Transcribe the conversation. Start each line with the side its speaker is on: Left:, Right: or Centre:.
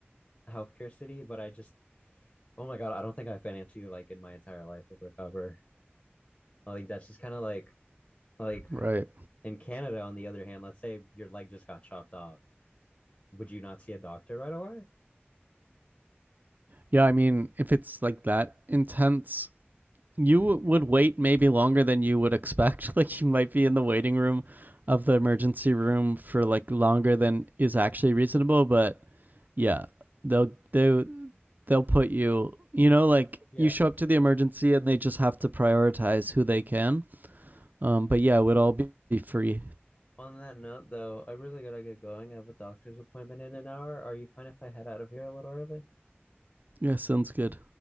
Left: healthcare city, but I just, oh my God, I don't think I financially, like, in my entire life would recover. Like, that's just kind of like, like
Right: Right.
Left: in Canada, on the other hand, let's say your leg just got chopped off. Would you not see a doctor right away?
Right: Yeah, I mean, if it's like that intense, you would wait maybe longer than you would expect. <laughs> Like, you might be in the waiting room of the emergency room for like longer than is actually reasonable. But yeah, they'll they they'll put you. You know, like
Left: Yeah.
Right: you show up to the emergency and they just have to prioritize who they can. Um, but yeah, it would all be free.
Left: On that note, though, I really gotta get going. I have a doctor's appointment in an hour. Are you fine if I head out of here a little early?
Right: Yeah, sounds good.